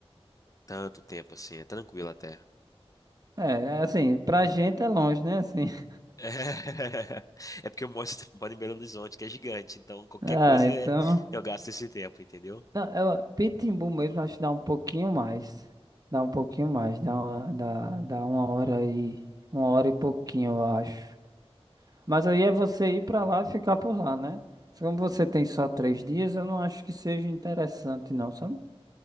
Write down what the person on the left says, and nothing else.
tanto tempo assim, é tranquilo até.
<laughs> É, porque eu moro, <laughs> moro em Belo Horizonte, que é gigante, então qualquer
coisa
é- eu gasto esse tempo, entendeu?